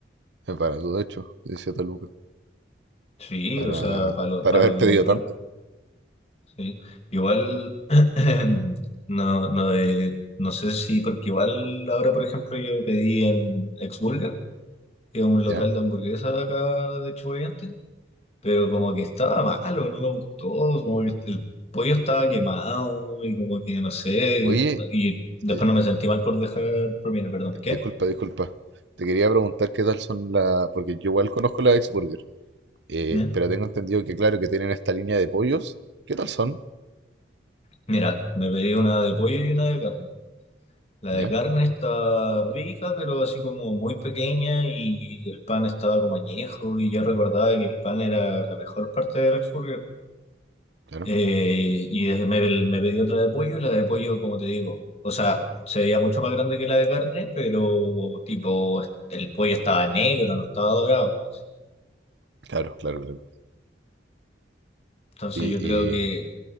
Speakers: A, on the right; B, on the left.
A: Es barato, de hecho, decía Taluca.
B: Sí,
A: Para,
B: o sea, para lo,
A: para
B: para
A: haber
B: lo
A: pedido
B: que compramos.
A: tanto,
B: Sí. Igual, <clears throat> no, no, eh, no sé si, porque igual ahora, por ejemplo, yo pedí en Exburger, que es un local
A: ¿ya?
B: de hamburguesa acá de Chubaiante, pero como que estaba malo, no me gustó, como que el pollo estaba quemado y como que no sé,
A: Oye,
B: y después
A: eh,
B: no me sentí mal por dejar propina, perdón,
A: di-
B: ¿qué?
A: disculpa, disculpa. Te quería preguntar qué tal son las... Porque yo igual conozco la Ex Burger. eh,
B: ¿Ya?
A: pero tengo entendido que, claro, que tienen esta línea de pollos. ¿Qué tal son?
B: Mira, me pedí una de pollo y una de carne. La
A: ¿Ya?
B: de carne está rica, pero así como muy pequeña y el pan estaba como añejo y yo recordaba que el pan era la mejor parte del Rex Burger.
A: Claro,
B: Eh, y desde me, me pedí otra de pollo y la de pollo, como te digo, o sea, se veía mucho más grande que la de carne, pero tipo, el pollo estaba negro, no estaba dorado. así.
A: claro, claro, claro.
B: Entonces
A: Oye,
B: yo
A: y...
B: creo que